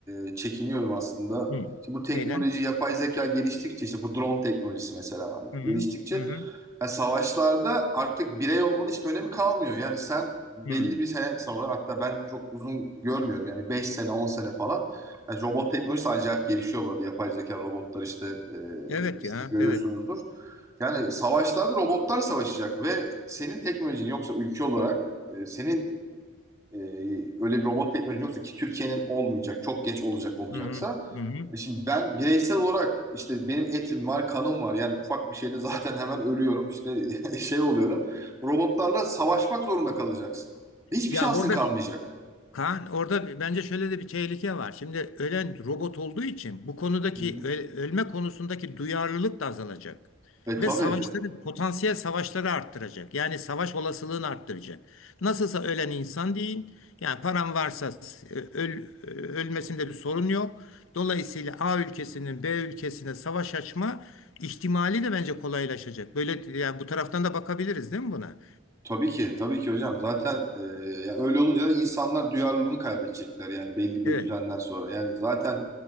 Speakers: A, on the right; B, on the left.
A: e, çekiniyorum aslında
B: Hı.
A: işte bu teknoloji,
B: Neyden?
A: yapay zeka geliştikçe işte bu drone teknolojisi mesela hani
B: Hı hı.
A: geliştikçe
B: Hı hı.
A: yani savaşlarda artık birey olmanın hiçbir önemi kalmıyor. Yani sen belli
B: Hı hı.
A: bir sene sonra hatta ben çok uzun görmüyorum yani beş sene on sene falan yani robot teknolojisi acayip gelişiyor bu arada. Yapay zeka robotlar işte e,
B: Evet
A: siz
B: ya,
A: de görüyorsunuzdur.
B: evet.
A: Yani savaşlarda robotlar savaşacak ve senin teknolojin yoksa ülke olarak e, senin e, öyle bir robot teknolojin yoksa ki Türkiye'nin olmayacak, çok geç olacak olacaksa
B: Hı hı, hı hı.
A: e Şimdi ben bireysel olarak işte benim etim var, kanım var. Yani ufak bir şeyde zaten hemen ölüyorum işte <laughs> şey oluyorum. Robotlarla savaşmak zorunda kalacaksın. Hiçbir
B: Ya
A: şansın
B: burada
A: kalmayacak.
B: bir- Kaan, orada bir- bence şöyle de bir tehlike var. Şimdi ölen robot olduğu için bu konudaki
A: Hı hı.
B: ö- ölme konusundaki duyarlılık da azalacak.
A: E
B: Ve
A: tabii.
B: savaşları, potansiyel savaşları arttıracak. Yani savaş olasılığını arttıracak. Nasılsa ölen insan değil. Yani paran varsa s- öl, e, ölmesinde bir sorun yok. Dolayısıyla A ülkesinin B ülkesine savaş açma ihtimali de bence kolaylaşacak. Böyle yani bu taraftan da bakabiliriz değil mi buna?
A: Tabii ki. Tabii ki hocam. Zaten e, yani öyle olunca da insanlar duyarlılığını kaybedecekler yani belli bir
B: Evet.
A: düzenden sonra. Yani zaten